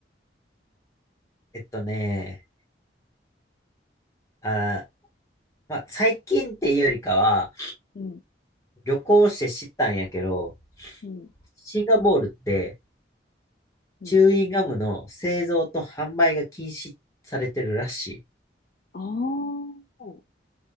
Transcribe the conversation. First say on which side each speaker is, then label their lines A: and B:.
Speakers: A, on the left (about 15°); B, on the left (about 50°).
A: えっとね、あー、まあ、最近っていうよりかは、
B: うん、
A: 旅行して知ったんやけど、
B: うん、
A: シンガポールって
B: うん。
A: チューインガムの製造と販売が禁止されてるらしい。
B: ああ、